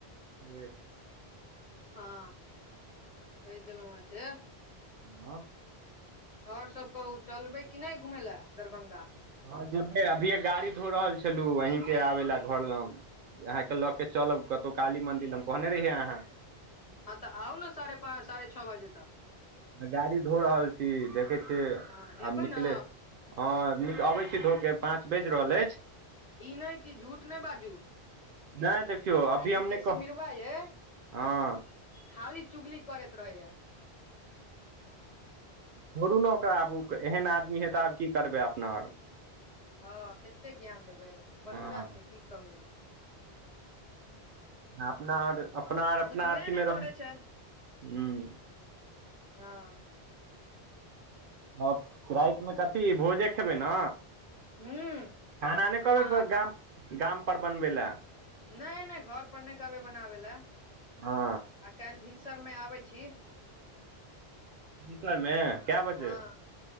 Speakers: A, on the right; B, on the left.
A: ह <inaudible>
B: हँ कहि देलहुँआसे
A: आँ <inaudible>
B: आओर सब कहू चलबै कि नहि घुमय लए दरभंगा
A: हँ जेबै अभिये गाड़ी धो रहल छलु अहींके आबे लए घर लंग अहाँके लऽ के चलब कतहु काली मंदिर हम कहने रहियै अहाँ
B: हँ तऽ आउ ने साढ़े पाँच साढ़े छओ बजे तक
A: गाड़ी धो रहल छी देखै छियै
B: हँ एबै
A: आब निकले
B: ने
A: हँ नीक अबै छी धोक के पाँच बाजि रहल अछि
B: ई नहि की झूठ नहि बाजू
A: नहि देखियौ अभी
B: आ ई
A: हम
B: जे
A: नहि
B: समिरवा
A: कहब
B: ये
A: हँ
B: खाली चुगली करैत रहे या
A: छोड़ू ने ओकरा आबू एहन आदमी हे तऽ आब की करबै अपना आर
B: हँ कते ज्ञान देबै बच्चा
A: हँ
B: छै की कहू
A: अपना आर अपना आर अपना
B: बुझबे
A: अथी
B: नहि
A: मे
B: करै
A: रहू हूँ
B: छै हँ
A: आ रातिमे कथी भोजे खेबै न
B: हूं
A: खाना नहि कहबै
B: अहाँ
A: गाम गाम पर बनबै लै
B: नहि नहि घर पर नहि कहबे बनाबे लए
A: हँ
B: आ काल्हि भिनसर मे आबै छी
A: भींसरमे कए बजे
B: हँ